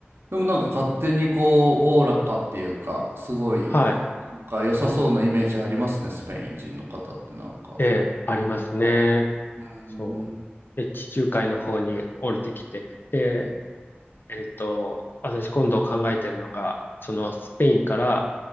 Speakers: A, on the right (about 75°); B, on the left (about 55°).
A: でもなんか勝手にこう、
B: うん、
A: おおらかっていうか、すごい、
B: はい。
A: なんか良さそうなイメージありますね、スペイン人の方ってなんか。
B: ええ、ありますね。
A: はい。うん。
B: そう。で、地中海の方に降りてきて。で、えっと、私今度考えてるのが、そのスペインから